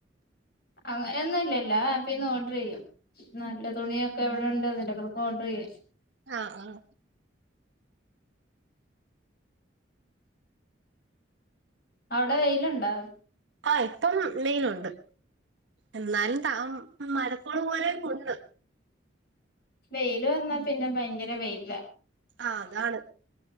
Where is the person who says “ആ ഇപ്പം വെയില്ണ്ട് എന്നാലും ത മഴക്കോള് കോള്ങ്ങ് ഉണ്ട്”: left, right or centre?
Right